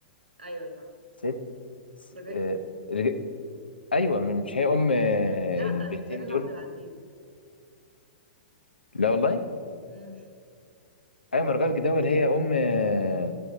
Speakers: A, on the right (about 80°); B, on the left (about 85°).
A: ايوه صح
B: ست س-
A: رجاء
B: آه،
A: جدا
B: رج... ايوه مش هي ام آه،
A: لا
B: البنتين
A: دي دلال
B: دول
A: عبد العزيز
B: لا والله
A: مم.
B: ايوه ما رجاء الجداوي اللي هي ام آه،